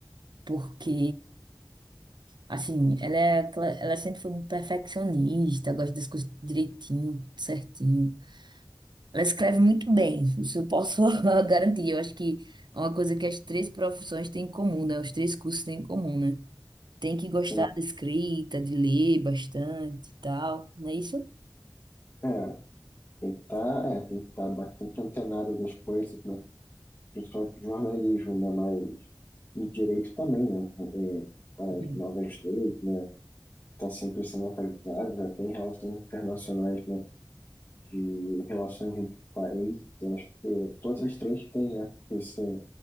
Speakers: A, on the right (about 80°); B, on the left (about 35°).
A: Porque Assim, ela, é, aquela- ela sempre foi muito perfeccionista, gosta das coisas direitinho, tudo certinho. Ela escreve muito bem, isso eu posso <laughs> garantir. Eu acho que é uma coisa que as três profissões têm em comum, né? Os três cursos têm em comum, né? Tem que gostar
B: Sim,
A: da escrita, de ler bastante e tal, não é isso?
B: É, tem que estar, é, tem que estar bastante antenado das coisas, né? principalmente o jornalismo, né? Mas e direito também, né? É,
A: Uhum.
B: as novas leis, né? Tá sempre sendo atualizadas, até em relações internacionais, né? De relações entre países, né, acho que todas as três têm né, esse